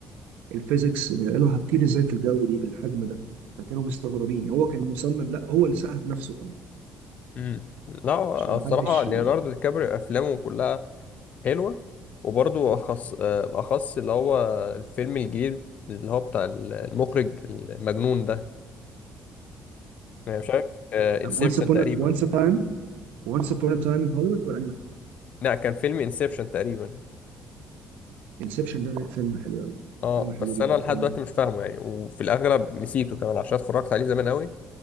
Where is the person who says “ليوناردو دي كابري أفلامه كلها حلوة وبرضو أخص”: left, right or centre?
Left